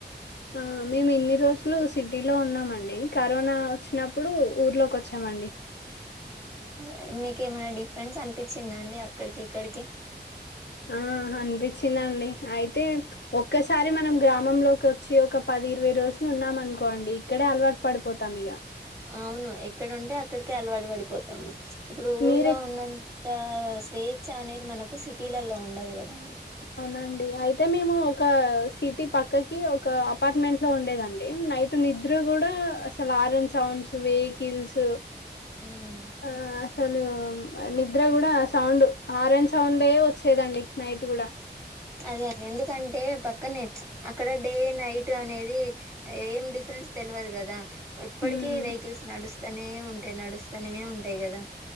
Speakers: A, on the left (about 75°); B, on the right (about 15°).
A: ఆ మేము ఇన్ని రోజులు సిటీలో ఉన్నామండి కరోనా వచ్చినప్పుడు ఊర్లోకి వచ్చామండి
B: అవునా మీక ఏమైనా డిఫరెన్స్ అనిపించిందాండి అక్కడికి ఇక్కడికి
A: ఆ అనిపించిందండి అయితే ఒక్కసారి మనం గ్రామంలోకి వచ్చి ఒక పది ఇరవై రోజులు ఉన్నామ అనుకోండి ఇక్కడే అలవాటు పడిపోతాం ఇగ
B: అవును ఎక్కడుంటే అక్కడికే అలవాటు పడిపోతాము ఇప్పుడు ఊర్లో
A: మీరే
B: ఉన్న స్వేచ్ఛ అనేది మనకు సిటీలలో ఉండదు కదండి
A: అవునండి అయితే మేము ఒక సిటీ పక్కకి ఒక అపార్ట్మెంట్ లో ఉండేదండి నైట్ నిద్ర కూడా అసలు ఆరం సౌండ్స్ వెహికిల్స్
B: ఉమ్.
A: ఆ అసలు నిద్ర కూడా సౌండ్ ఆరెంజ్ సౌండ్ వచ్చేదండి నైట్ కూడా
B: అదే అండి ఎందుకంటే పక్కనే అక్కడ డే నైట్ అనేది ఏం డిఫరెన్స్ తెలవదు కదా ఎప్పటికీ
A: ఉమ్
B: వెహికల్స్ నడుస్తాయి స్తనే ఉంటాయి నడుస్తానే ఉంటాయి కదా